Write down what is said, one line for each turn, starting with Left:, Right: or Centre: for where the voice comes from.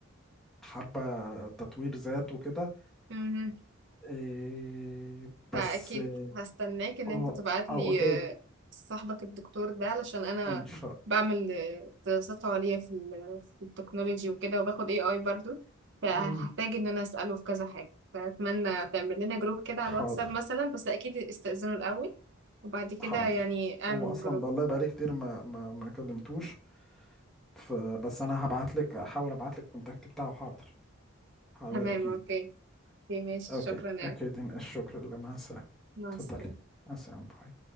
Centre: حابة تطوير ذات وكده
Right: مهم.
Centre: إيه
Right: فاكيد
Centre: بس اه
Right: هستناك ان
Centre: اه
Right: انت تبعتلي
Centre: آه، اوكي
Right: آه، صاحبك الدكتور ده علشان انا
Centre: ان شاء
Right: بعمل آه، دراسات عليا في ال- في التكنولوجي وكده وباخد اي اي برضو فهحتاج
Centre: مم،
Right: ان انا اسأله في كذا حاجة فأتمنى تعمل لنا جروب كده على
Centre: حاضر
Right: الواتساب مثلا بس أكيد استأذنه الأول وبعد كده
Centre: حاضر
Right: يعني اعمل
Centre: هو اصلا
Right: جروب
Centre: والله بقالي كتير ما ما ما كلمتوش فبس انا هبعت لك احاول ابعت لك الكونتاكت بتاعه حاضر حاضر
Right: تمام
Centre: اكيد
Right: اوكي اوكي ماشي
Centre: اوكي
Right: شكرا يا
Centre: اكيد الشكر لله مع السلامة
Right: مع
Centre: اتفضلي
Right: السلامة
Centre: مع السلامة باي